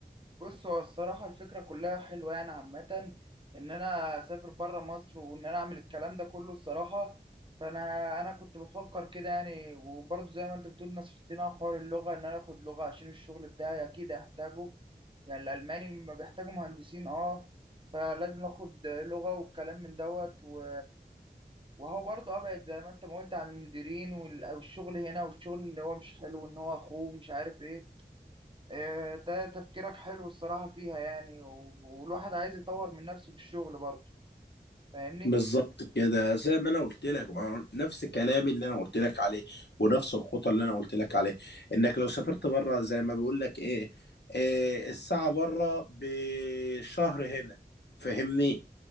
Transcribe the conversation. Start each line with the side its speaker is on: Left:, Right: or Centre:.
Right: بص هو الصراحة الفكرة كلها حلوة يعني عامة إن أنا أسافر برا مصر وإن أنا أعمل الكلام ده كله الصراحة فأنا أنا كنت بفكر كده يعني وبرضه زي ما أنت بتقول نصحتني على حوار اللغة إن أنا آخد لغة عشان الشغل بتاعي أكيد هحتاجه يعني الألماني لما بيحتاجوا مهندسين أه فلازم آخد لغة والكلام من دوت و... وهو برضه أبعد زي ما أنت ما قلت عن المديرين وال- والشغل هنا والشغل اللي هو مش حلو إن هو أخوه مش عارف إيه آه، ده تفكيرك حلو الصراحة فيها يعني و- والواحد عايز يطور من نفسه في الشغل برضه فاهمني؟
Left: بالظبط كده زي ما انا قلت لك ما هو نفس كلامي اللي انا قلت لك عليه ونفس الخطة اللي انا قلت لك عليه انك لو سافرت بره زي ما بيقول لك ايه, إيه الساعة بره بشهر هنا فاهمني